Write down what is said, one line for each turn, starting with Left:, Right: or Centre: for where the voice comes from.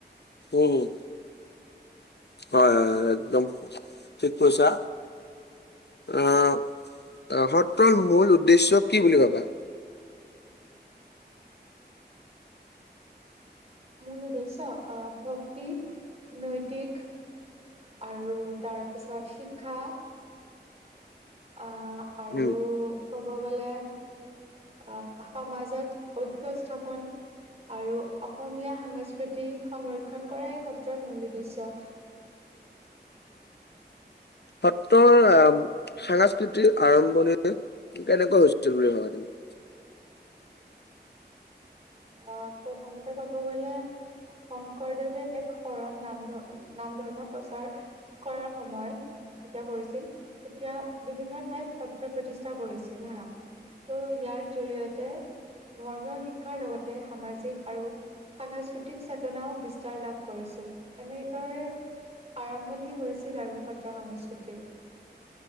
Left: উম হয় হয় হয় একদম ঠিক কইছা অ সত্ৰৰ মূল উদ্দেশ্য কি বুলি ভাবা
Right: মূল উদ্দেশ্য আ ভক্তি নৈতিক আৰু তাৰ পিছত শিক্ষা আ' আৰু
Left: উম
Right: ক'ব গ'লে। আ' সমাজত ঐক্য স্থাপন আৰু অসমীয়া সাংস্কৃতি সংৰক্ষণ কৰাই সত্ৰৰ মূল উদ্দেশ্য।
Left: সত্ৰৰ আ' সাংস্কৃতি আৰম্ভণি কেনেকৈ হৈছিল বুলি ভাবা তুমি।
Right: অ' প্ৰথমতে ক'ব গ'লে। শংকৰদেৱে এক শৰণ নাম ধ নাম ধৰ্ম প্ৰচাৰ কৰাৰ সময়ত যেতিয়া কৰিছিল তেতিয়া বিভিন্ন ঠাইত সত্ৰ প্ৰতিষ্ঠা কৰিছিল হা ত' ইয়াৰ জৰিয়তে ধৰ্মীয় শিক্ষাৰ লগতে সামাজিক আৰু সাংস্কৃতিক চেতনাও বিস্তাৰ লাভ কৰিছিল এনেদৰে আৰম্ভণি হৈছিল আৰু সত্ৰ সংস্কৃতিৰ